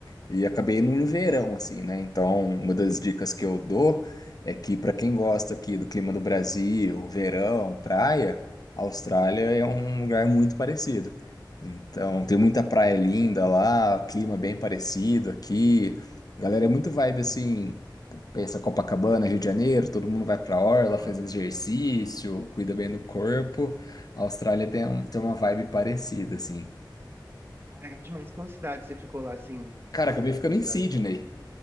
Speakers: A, on the left (about 55°); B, on the right (about 30°).
A: E acabei indo no verão, assim, né? Então, uma das dicas que eu dou é que, para quem gosta aqui do clima do Brasil, verão, praia, a Austrália é um lugar muito parecido. Então, tem muita praia linda lá, clima bem parecido aqui. Galera, é muito vibe assim. Pensa Copacabana, Rio de Janeiro, todo mundo vai pra orla,
B: Hum,
A: faz exercício, cuida bem do corpo. A Austrália tem, um- tem uma vibe parecida, assim.
B: legal demais. Qual cidade você ficou lá, assim,
A: Cara, acabei
B: lá
A: ficando
B: na Austrália?
A: em Sydney.